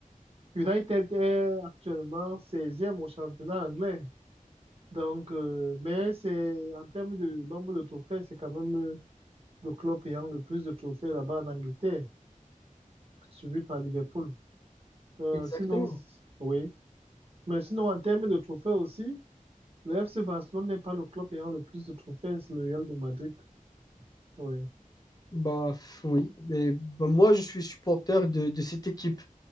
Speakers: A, on the right; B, on the left.
A: United est actuellement seizième au championnat anglais. Donc, euh, mais c'est en termes de nombre de trophées, c'est quand même euh, le club ayant le plus de trophées là-bas en Angleterre, suivi par Liverpool. Euh,
B: Exactement.
A: sinon, s- oui. Mais sinon, en termes de trophées aussi, le FC Barcelone n'est pas le club ayant le plus de trophées, c'est le Real de Madrid. Oui.
B: Bah f- oui, mais bah, moi je suis supporter de, de cette équipe.